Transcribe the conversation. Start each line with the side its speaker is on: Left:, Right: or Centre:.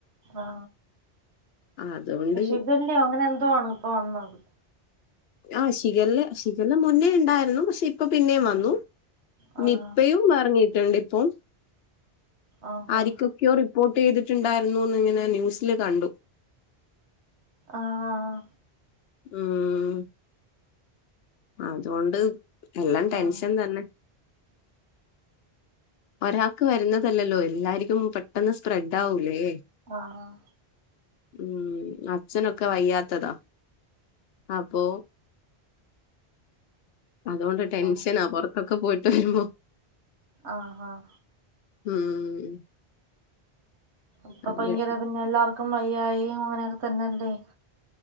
Right: ആ..
Left: അതുകൊണ്ട്
Right: ഷിഗല്ല അങ്ങനെ എന്തോണ് ഇപ്പൊ വന്നത്.
Left: ആഹ്. ഷിഗല്ല, ഷിഗല്ല മുന്നേ ഉണ്ടായിരുന്നു. പക്ഷെ ഇപ്പൊ പിന്നെ വന്നു?
Right: ആഹ് ആഹ്
Left: നിപ്പയും ഇറങ്ങിയിട്ടുണ്ട് ഇപ്പോ.
Right: ആഹാ
Left: ആരിക്കൊക്കെയോ റിപ്പോർട്ട് ചെയ്തിട്ടുണ്ടായിരുന്നൂന്ന് ഇങ്ങനെ ന്യൂസില് കണ്ടു.
Right: ആഹ്...
Left: ഉം... അതുകൊണ്ട്, എല്ലാം ടെൻഷൻ
Right: ആഹ്
Left: തന്നെ. ഒരാൾക്ക് വരുന്നതല്ലല്ലോ. എല്ലാർക്കും പെട്ടെന്ന് സ്പ്രെഡ് ആവൂലേ.
Right: ആഹ്
Left: ഉം.. അച്ഛനൊക്കെ വയ്യാത്തതാ അപ്പോ. അതുകൊണ്ട് ടെൻഷനാ.
Right: ആഹ്
Left: പുറത്തൊക്കെ പോയിട്ട് വരുമ്പോ.
Right: ആഹ ആ
Left: ഉം
Right: ഇപ്പൊ
Left: അതെ.
Right: ഭയങ്കര പിന്നെ എല്ലാവർക്കും വയായി അങ്ങനെയൊക്കെ തന്നെയല്ലേ?